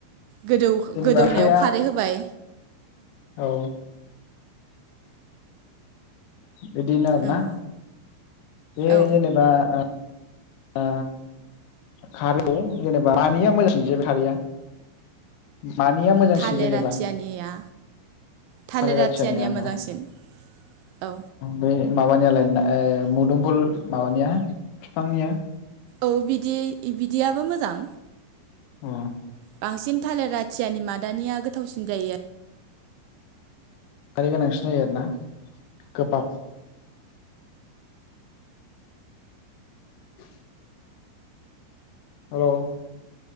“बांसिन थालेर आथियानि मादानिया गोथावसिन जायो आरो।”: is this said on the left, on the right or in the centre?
Right